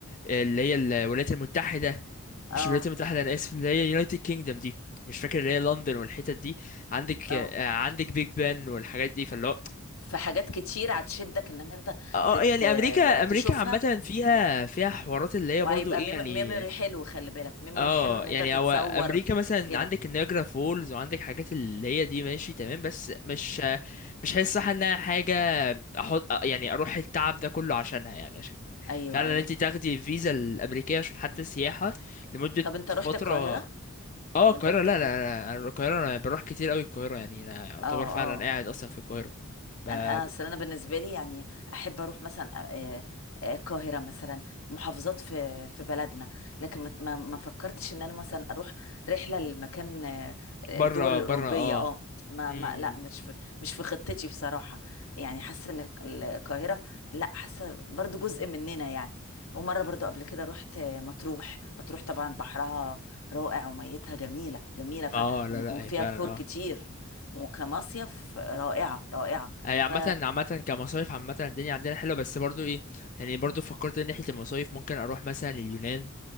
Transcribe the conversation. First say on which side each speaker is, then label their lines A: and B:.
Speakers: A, on the left (about 35°); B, on the left (about 75°).
A: اللي هي الولايات المتحدة
B: اه
A: مش الولايات المتحدة انا اسف اللي هي يونايتد كينجدم دي مش فاكر
B: مم.
A: اللي هي لندن والحتت دي عندك
B: اه
A: آه، عندك بيج بان والحاجات دي فاللي هو
B: في حاجات كتير هتشدك انك انت
A: اه
B: تت...
A: آه، يعني امريكا امريكا
B: تشوفها
A: عامه فيها فيها حوارات اللي هي
B: وهيبقى
A: برضو ايه
B: ميم-
A: يعني
B: ميموري حلو خلي بالك ميموري
A: اه
B: حلو ان
A: يعني
B: انت تتصور
A: هو امريكا مثلا
B: كده
A: عندك النياجرا فولز وعندك حاجات اللي هي دي ماشي تمام بس مش مش حاسس صح انها حاجه احط آه، يعني اروح التعب ده كله عشانها يعني عشان
B: ايوه
A: فعلا
B: ايوه
A: انت تاخدي الفيزا الامريكيه عشان حتى السياحه لمده
B: طب انت
A: فتره
B: رحت القاهرة
A: اه
B: طب
A: القاهره
B: انت رحت
A: لا
B: القاهرة
A: لا لا أنا القاهره انا بروح كتير قوي القاهره يعني انا اعتبر
B: اه آه.
A: فعلا قاعد اصلا في القاهره ب-
B: انا اصل انا بالنسبه لي يعني احب اروح مثلا آه، آه، القاهره مثلا محافظات في في بلدنا لكن ما ما ما فكرتش ان انا مثلا اروح رحله لمكان آه، الدول
A: بره
B: الاوروبيه
A: بره اه
B: اه ما
A: مم.
B: ما لا مش في مش في خطتي بصراحه يعني حاسه ان القاهره لا حاسه برضو جزء مننا يعني ومره برضو قبل كده رحت آه، مطروح مطروح طبعا بحرها رائع وميتها جميله جميله ف...
A: اه لا
B: وفيها
A: لا هي فعلا
B: بحور
A: اه
B: كتير وكمصيف رائعه رائعه
A: هي
B: ف
A: عامة عامة كمصايف عامة الدنيا عندنا حلوة بس برضو ايه يعني برضو فكرت ان ناحية المصايف ممكن اروح مثلا اليونان